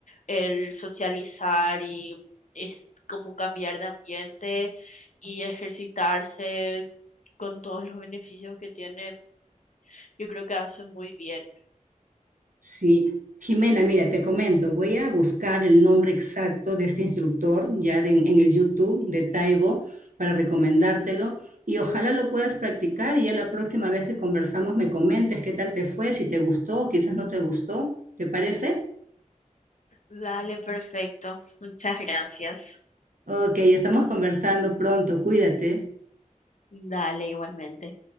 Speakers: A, on the left; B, on the right.
A: el socializar y es como cambiar de ambiente y ejercitarse con todos los beneficios que tiene, yo creo que hace muy bien.
B: Sí. Jimena, mira, te comento, voy a buscar el nombre exacto de este instructor ya de- en el YouTube de Taibo para recomendártelo y ojalá lo puedas practicar y ya la próxima vez que conversamos me comentes qué tal te fue, si te gustó, quizás no te gustó, ¿te parece?
A: Dale, perfecto. Muchas gracias.
B: Ok, estamos conversando pronto, cuídate.
A: Dale, igualmente.